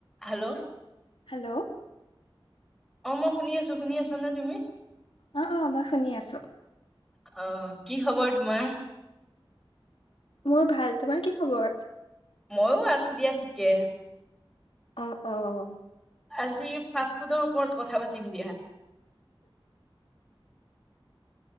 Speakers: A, in the centre; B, on the left.
A: হেল্ল'।
B: হেল্ল'।
A: অ মই শুনি আছো শুনি আছো। তুমি
B: অ অ মই শুনি আছো
A: অ। কি খবৰ তোমাৰ।
B: মোৰ ভাল তোমাৰ কি খবৰ।
A: মইো আছো দিয়া ঠিকে।
B: অ অ অ
A: আজি ফাষ্ট ফুডৰ ওপৰত কথা পাতিম দিয়া